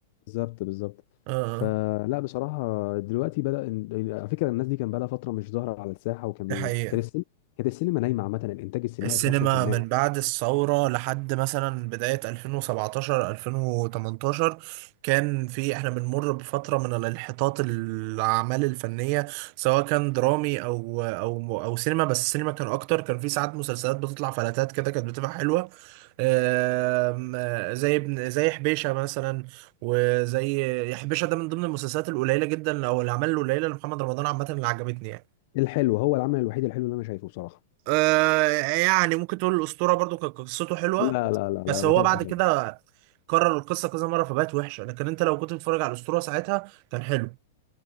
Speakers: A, on the left (about 40°); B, on the right (about 35°).
A: بالظبط بالظبط
B: اه آه.
A: فلا بصراحه دلوقتي بدا إن- على فكره الناس دي كان بقى لها فتره مش ظاهره على الساحه وكانوا
B: دي حقيقه
A: كانت السينما كانت السينما نايمه عامه الانتاج السينمائي
B: السينما
A: في مصر كان نايم
B: من بعد الثورة لحد مثلا بداية 2017 2018 كان في احنا بنمر بفترة من الانحطاط الأعمال الفنية سواء كان درامي أو أو أو سينما بس السينما كان أكتر كان في ساعات مسلسلات بتطلع فلاتات كده كانت بتبقى حلوة آم، آه، زي ابن زي حبيشة مثلا وزي حبيشة ده من ضمن المسلسلات القليلة جدا أو الأعمال القليلة لمحمد رمضان عامة اللي عجبتني يعني
A: الحلو هو العمل الوحيد الحلو اللي انا شايفه بصراحه
B: آه يعني ممكن تقول الأسطورة برضو كانت قصته حلوة
A: لا لا لا
B: بس
A: لا ما
B: هو
A: كانش
B: بعد
A: حلو
B: كده كرر القصة كذا مرة فبقت وحشة لكن انت لو كنت بتتفرج على الأسطورة ساعتها كان حلو